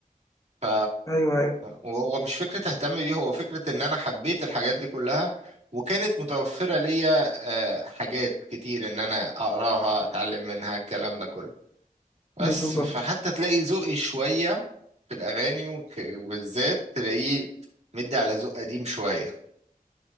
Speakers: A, on the right; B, on the left.
A: ف
B: ايوه ايوه
A: وهو مش فكرة اهتم بيه هو فكرة ان انا حبيت الحاجات دي كلها وكانت متوفرة ليا آه، حاجات كتير ان انا اقراها اتعلم منها الكلام ده كله بس
B: بالظبط
A: فحتى تلاقي ذوقي شوية في الاغاني وك- وبالذات تلاقيه مدي على ذوق قديم شوية